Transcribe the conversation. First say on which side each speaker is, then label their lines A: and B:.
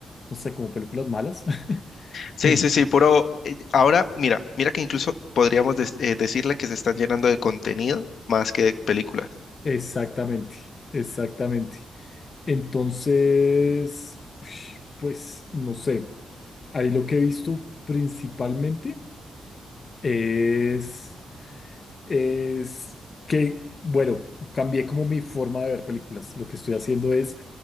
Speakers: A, on the left (about 40°); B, on the left (about 60°).
A: no sé, como películas malas. <laughs>
B: Sí,
A: En-
B: sí, sí, pero ahora mira, mira que incluso podríamos des- eh, decirle que se están llenando de contenido más que de películas.
A: Exactamente, exactamente. Entonces, pues no sé, ahí lo que he visto principalmente es es que, bueno, cambié como mi forma de ver películas. Lo que estoy haciendo es,